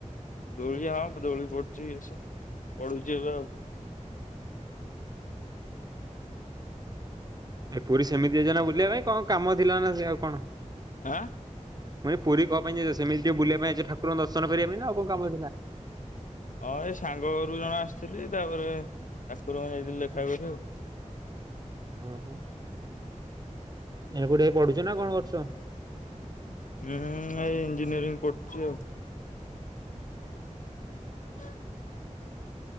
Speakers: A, on the left; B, on the right.
A: ଦଉଳି ହଁଦଉଳି ପଡୁଛି ଏସ ପଡୁଛି ଏବେ
B: ଏ ପୁରୀ ସେମିତି ଜାଇଛନା, ବୁଲିବା ପାଇଁ? କଣ କାମ ଥିଲା ନା, ସେ ଆଉ କଣ?
A: ଆ।
B: ମୁଇଁ ପୁରୀ କଣ ପାଇଁ ଯାଇଛ? ସେମିତି ବୁଲିବା ପାଇଁ ନାଁ, ଅଛ ଠାକୁର ଦର୍ଶନ କରିବା ପାଇଁ? ଆଉ କଣ କାମ ଥିଲା।
A: ହଁ, ଏଇ ସାଙ୍ଗ ଘରୁ ଜଣ ଆସିଥିଲି। ତାପରେ ଠାକୁର ମୁଁ ଯାଇଥିଲି ଦେଖା କରି ଆଉ।
B: ଓହୋ, ଏ କୋଉଠି ପଢୁଛ ନା କଣ କରୁଛ?
A: ମୁଁ ଏଇ ଇଞ୍ଜିନିୟରିଂ କରୁଛି ଆଉ। ହୁଁ